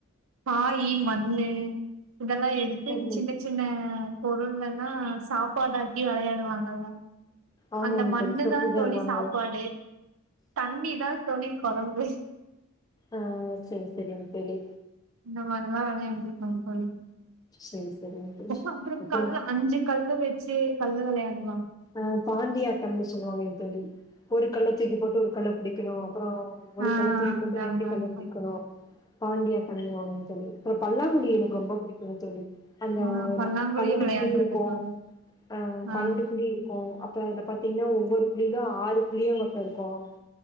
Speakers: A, on the right; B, on the left.
A: காயி மண்ணு இதெல்லா எடுத்து
B: ம்ஹ்ம்.
A: சின்ன சின்ன பொருள் எல்லா சாப்பாடாக்கி வெளையாடுவாங்கல்ல
B: ஆமாங்க
A: அந்த மண்ணு
B: தோழி சொப்பு
A: தா
B: ஜாமண
A: தோழி சாப்பாடு தண்ணி தா தோழி கொழம்பு
B: ஆ சேரி சேரிங்க தோழி
A: இந்த மாரில்லா வெளையாண்டுருகோங்க தோழி
B: சரி சரிங்க தோழி
A: அப்றோ அப்றோ அப்றோ
B: அப்புறம்
A: அது அஞ்சு கல்லு வெ <unintelligible> கல்லு வெளையாண்
B: அ பாண்டியாட்டம்னு சொல்லுவாங்கைங்க தோழி ஒரு கல்ல தூக்கி போட்டு ஒரு கல்ல புடிக்கணு அப்பறோ ஒரு
A: ஆ
B: கல்ல தூக்கி போட்டு
A: அதா
B: ரெண்டு
A: அதாங்
B: கல்ல புடிக்கணு
A: தோழி
B: பாண்டியாட்டம் வாங்கைங்க தோழி அப்பறோ பல்லாங்குழி எனக்கு ரொம்ப புடிக்குங்கு தோழி அந்த
A: ஆ பல்லாங்குழியு
B: பன்னெண்டு
A: வெளையாண்டுருக்கே
B: குழி இருக்கும்
A: தோழி
B: அ
A: ஆ
B: பன்னெண்டு குழி இருக் அப்றோ அதுல பாத்தீங் ன ஒவ்வொரு குழிலும் ஆறு புளியங்கொட்ட இருக்கும்